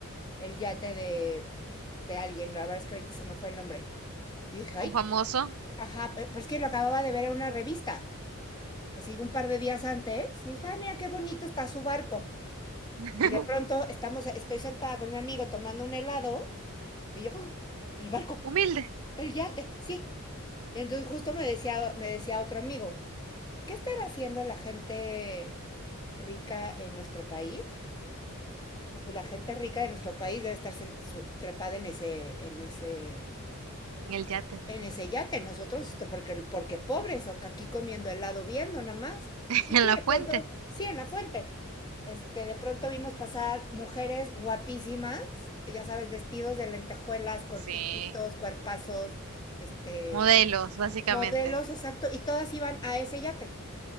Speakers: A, on the left (about 20°); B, on the right (about 75°).
A: el yate de, de alguien, la verdad es que ahorita se me fue el nombre. Y dije, ay,
B: Un famoso,
A: ajá, pe- pero, es que lo acababa de ver en una revista, así un par de días antes, y dije, ah, mira qué bonito está su barco.
B: <laughs>
A: Y de pronto estamos, estoy sentada con mi amigo tomando un helado y yo, ¡oh! el barco.
B: humilde,
A: El yate, sí. Y entonces justo me decía, me decía otro amigo, ¿qué estará haciendo la gente rica en nuestro país? No, pues la gente rica de nuestro país debe estar sen- su- trepada en ese, en ese,
B: en el yate,
A: en ese yate. Nosotros, esto porque, porque pobres, o que aquí comiendo helado viendo nada más.
B: <laughs>
A: Y
B: en
A: sí,
B: la
A: de
B: fuente.
A: pronto, sí, en la fuente. Este, de pronto vimos pasar mujeres guapísimas, ya sabes, vestidos de lentejuelas, cortititos,
B: Sí.
A: cuerpazos, este,
B: Modelos, básicamente.
A: Modelos, exacto, y todas iban a ese yate.